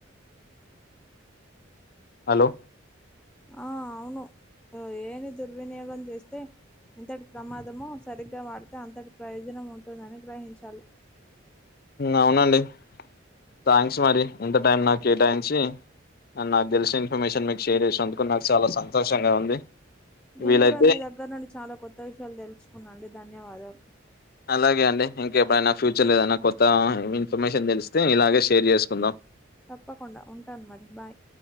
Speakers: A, on the left; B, in the centre.
A: హలో
B: ఆ అవును ఏఐ దుర్వినియోగం చేస్తే ఇంతటి ప్రమాదము సరిగ్గా వాడితే అంతటి ప్రయోజనం ఉంటుందని గ్రహించాలి
A: అవునండి థ్యాంక్స్ మరి ఇంత టైం నాకు కేటాయించి నాకు తెలిసిన ఇన్ఫర్మేషన్ మీకు షేర్ చేసిన అందుకు నాకు చాలా సంతోషంగా ఉంది
B: నేను
A: వీలైతే
B: కూడా నీ దగ్గర నుండి చాలా కొత్త విషయాలు తెలుసుకున్నాండి ధన్యవాదాలు
A: అలాగే అండి ఇంకెప్పుడైనా ఫ్యూచర్ లో ఏదైనా కొత్త ఇన్ఫర్మేషన్ తెలిస్తే ఇలాగే షేర్ చేసుకుందాం
B: తప్పకుండా ఉంటాను మరి బాయ్